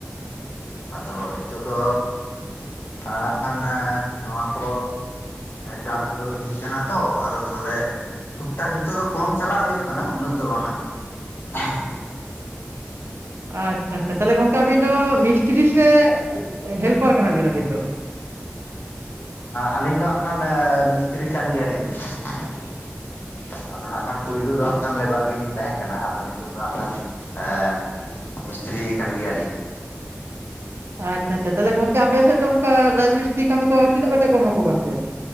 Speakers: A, on the left (about 55°); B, on the right (about 65°).
A: ᱟᱫᱚ ᱱᱤᱛᱚᱜ ᱫᱚ ᱟᱨ ᱱᱟᱜ ᱠᱷᱟᱱ ᱱᱚᱣᱟ ᱠᱚ ᱪᱟᱥ ᱦᱚᱭ ᱤᱫᱤᱜ ᱠᱟᱱᱟ ᱛᱚ, ᱟᱫᱚ ᱛᱟᱦᱚᱞᱮ ᱴᱩᱠ ᱴᱟᱠ ᱱᱤᱛᱚᱜ ᱫᱚ ᱠᱚᱢ ᱪᱟᱞᱟᱜ ᱦᱩᱭᱩᱜ ᱠᱟᱱᱟ ᱩᱱᱟᱹᱜ ᱫᱚ ᱵᱟᱝ-ᱟ᱾ <inaudible> <inaudible>
B: ᱟᱪᱪᱷᱟ ᱟᱪᱪᱷᱟ ᱛᱟᱦᱚᱞᱮ ᱜᱚᱝᱠᱮ ᱟᱵᱤᱱ ᱫᱚ ᱢᱤᱥᱛᱨᱤ ᱥᱮ ᱦᱮᱞᱯᱟᱨ ᱠᱟᱱᱟᱵᱤᱱ ᱟᱹᱵᱤᱱ ᱫᱚ?
A: ᱟᱹᱞᱤᱧ ᱫᱚ ᱦᱟᱸᱜ ᱠᱷᱟᱱ ᱢᱤᱥᱛᱨᱤ ᱠᱟᱱ ᱜᱮᱭᱟ ᱞᱤᱧ ᱾ ᱟᱫᱚ ᱱᱟᱜ ᱠᱷᱟᱱ ᱯᱳᱭᱞᱳ ᱫᱚ ᱦᱟᱜ ᱠᱷᱟᱱ ᱞᱮᱵᱟᱨ ᱜᱮᱞᱤᱧ ᱛᱟᱦᱮᱸ ᱠᱟᱱᱟ᱾ ᱟᱫᱚ ᱱᱤᱛᱳᱜ ᱱᱤᱛᱚᱜ ᱫᱚ ᱦᱟᱸᱜ ᱠᱟᱱ ᱮ ᱢᱤᱥᱛᱨᱤ ᱠᱟᱱ ᱜᱮᱭᱟ ᱞᱤᱧ ᱾
B: ᱟᱪᱪᱷᱟ ᱟᱪᱪᱷᱟ ᱾ ᱛᱟᱦᱚᱞᱮ ᱜᱚᱝᱠᱮ ᱟᱯᱮ ᱥᱮᱫ ᱫᱚ ᱚᱱᱠᱟ ᱨᱟᱡᱽ ᱢᱤᱥᱛᱨᱤ ᱠᱟᱹᱢᱤ ᱠᱚ ᱛᱤᱱᱟᱹᱜ ᱠᱟᱛᱮ ᱠᱚ ᱮᱢᱟ ᱠᱚ ᱠᱟᱱᱛᱮ?